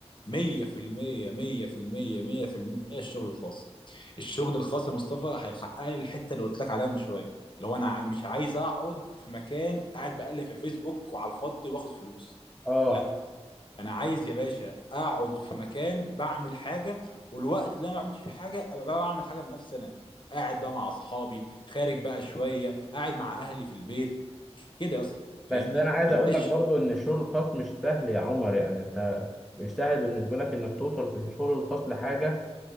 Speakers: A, on the left (about 45°); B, in the centre.
A: مية في المية مية في المية مية في المية الشغل الخاص الشغل الخاص يا مصطفى هيحقق لي الحتة اللي قلت لك عليها من شوية لو أنا ع- مش عايز أقعد في مكان قاعد بقلب في الفيسبوك وعلى الفاضي باخد فلوس
B: اه
A: لا أنا عايز يا باشا أقعد في مكان بعمل حاجة والوقت اللي أنا ما بعملش فيه حاجة أبقى بقى بعمل حاجة لنفسي أنا قاعد بقى مع أصحابي خارج بقى شوية قاعد مع أهلي في البيت كده يا اسطى فاهمني
B: بس انا عايز
A: ما بقاش
B: اقول لك برضو ان الشغل الخاص مش سهل يا عمر يعني انت مش سهل بالنسبه لك انك توصل في الشغل الخاص لحاجه